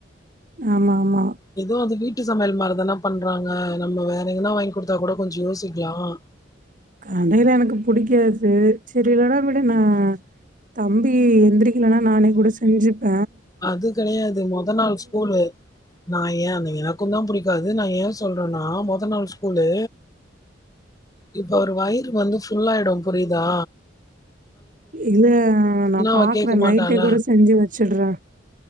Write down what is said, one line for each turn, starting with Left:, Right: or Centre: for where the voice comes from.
Right: ஆமா ஆமா
Left: இதுவு அது வீட்டு சமையல் மாரிதானா பண்றாங்க நம்ம வேற எங்கன்னா வாங்கி கொடுத்தா கூட கொஞ்சோ யோசிக்கலாம்
Right: கடையில எனக்கு புடிக்காது சேரி இல்லனா விடு நா தம்பி எந்திரிக்கலனா நானே கூட செஞ்சுப்ப
Left: அது கடையாது மொத நாள் ஸ்கூலு நான் ஏன் அந்த எனக்கு தா புடிக்காது நா ஏன் சொல்றேன்னா மொத நாள் ஸ்கூலு இப்ப அவரு வயிறு வந்து ஃபுல்லாயிடு புரியிதா
Right: இல்ல நா பாக்குற
Left: அவ கேட்க
Right: நைட்டே
Left: மாட்டாள.
Right: கூட செஞ்சி வெச்சிட்ற